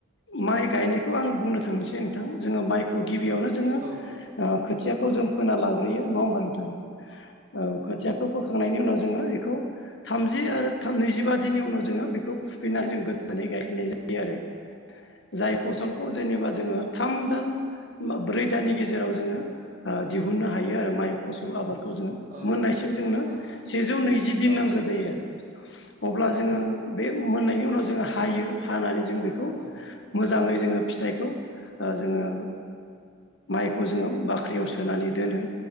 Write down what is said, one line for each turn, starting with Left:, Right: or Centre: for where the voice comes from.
Left: माइ गायनायखौ आं बुंनो थांसै नोंथां जोङो माइखौ। गिबियावनो जोङो
Right: औ
Left: खोथियाखौ जों फोना लाग्रोयो नङा होमबा नोंथा? औ खोथियाखौ फोखा खांनायनि उनाव जोङो इखौ थामजि आरो नैजिबा दिननि उनाव जोङो बेखौ फुफिननानै जों गोदानै गायफिननाय जायो आरो, जाय
Right: औ
Left: फसलखौ जेनेबा। जोङो, थाम दान बा ब्रै दाननि गेजेराव जोङो ओ दिहुननो हायो आरो माइ फसल आबाद खौ जोङो
Right: औ
Left: मोननायसिम
Right: नंगौ
Left: जोंनो
Right: औ
Left: सेजौ नैजि
Right: औ
Left: दिन नांगौ जायो आरो अब्ला जोङो
Right: औ
Left: बे मोननायनि उनाव जोङो हायो, हानानै जों बेखौ मो
Right: औ
Left: मोजाङै जोङो फिथाइखौ ओ जोङो माइखौ जोङो बाख्रियाव सोनानै दोनो